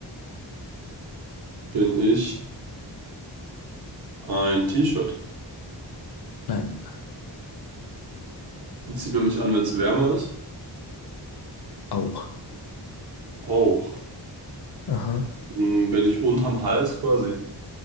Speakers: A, on the right (about 55°); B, on the left (about 60°).
A: bin ich. Ein T-Shirt.
B: Nein.
A: Zieht man mich an, wenn es wärmer ist?
B: Auch.
A: Auch.
B: Aha.
A: Hm, bin ich unterm Hals quasi?